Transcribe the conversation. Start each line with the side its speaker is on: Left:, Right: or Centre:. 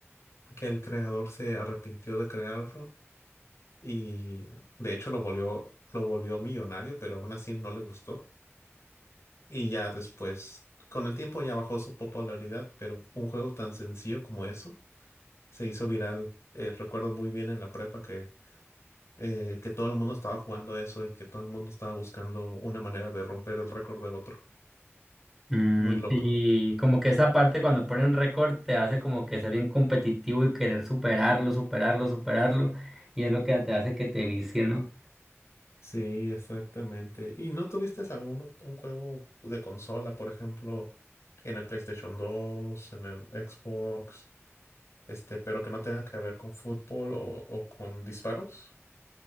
Left: que el creador se arrepintió de crearlo y de hecho lo volvió, lo volvió millonario, pero aún así no le gustó. Y ya después, con el tiempo ya bajó su popularidad, pero un juego tan sencillo como eso se hizo viral. Eh, recuerdo muy bien en la prepa que, eh, que todo el mundo estaba jugando eso y que todo el mundo estaba buscando una manera de romper el récord de otro.
Centre: Mm,
Left: Muy loco.
Centre: y como que esa parte cuando ponen récord te hace como que ser bien competitivo y querer superarlo, superarlo, superarlo. Y es lo que te hace que te vicie, ¿no?
Left: Sí, exactamente. ¿Y no tuviste algún ot- un juego de consola, por ejemplo, en el PlayStation dos, en el Xbox, este, pero que no tenga que ver con fútbol o, o con disparos?